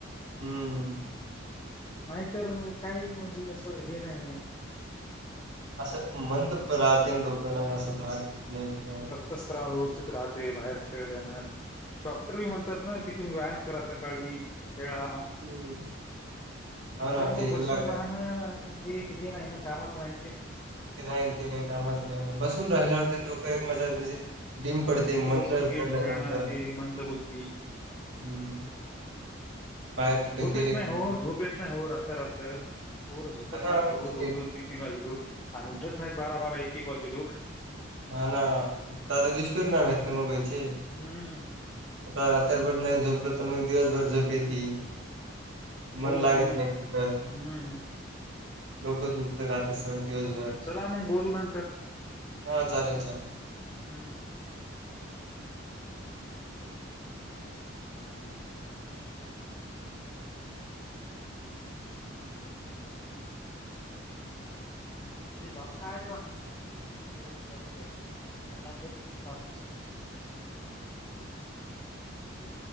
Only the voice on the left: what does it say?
नाहीतर, काही म्हणजे असं हे नाही.
तसरा व्यवस्थित राहते बाहेर खेळल्यानं. डॉक्टर बी म्हणतात ना की, तुम्ही व्यायाम करा सकाळी खेळा.
त्याच्यामुळ
बसून
राहणं हे येणं येणं चामच राहीन ते.
हम्म
नुसतं
बसून गेम
खेळणं
ते मंद बुद्धी
झोप
येत नाही
हो झोप येत नाही हो रात रात पर झोपत
नाहीत
हो
दोन-दोन तीन तीन वाजे लो आणि उठत नाहीत बारा-बारा एक-एक वाजे लो.
हम्म.
हो
ना हो ना
हम्म
चला मग बोलू नंतर.
हम्म. <unintelligible> हम्म.